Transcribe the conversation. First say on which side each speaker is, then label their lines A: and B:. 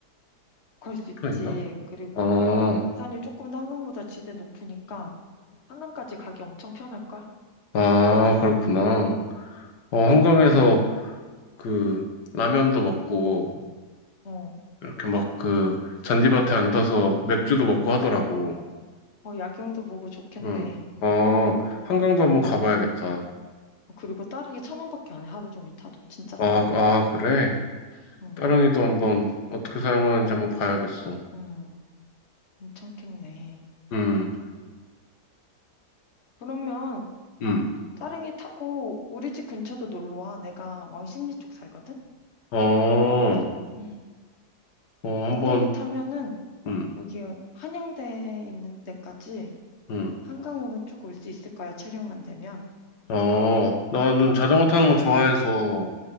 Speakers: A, on the left; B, on the left.
A: 걸 수 있지.
B: 붙어 있나?
A: 그리고
B: 아, 어,
A: 부산이 조금 더 한강보다 지대 높으니까 한강까지 가기 엄청 편할걸?
B: 아, 그렇구나.
A: 음.
B: 어, 한강에서 그 라면도 먹고
A: 어,
B: 이렇게 막 그 잔디밭에 앉아서 맥주도 먹고 하더라고.
A: 어, 야경도 보고 좋겠네.
B: 응. 어, 한강도 한번 가봐야겠다.
A: 어, 그리고 다른 게 천 원밖에 안 해, 하루 종일 타도. 진짜 싸.
B: 아, 아, 그래?
A: 응,
B: 따릉이도 한번 어떻게 사용하는지 한번 봐야겠어.
A: 응, 괜찮겠네.
B: 음,
A: 그러면
B: 음,
A: 따릉이 타고 우리 집 근처도 놀러 와. 내가 왕십리 쪽 살거든?
B: 어,
A: 음.
B: 어, 한번,
A: 따릉이 타면은
B: 음,
A: 여기 한양대 있는 데까지
B: 음,
A: 한강으로 쭉 올 수 있을 거야, 체력만 되면.
B: 어, 나는 자전거 타는 거 좋아해서,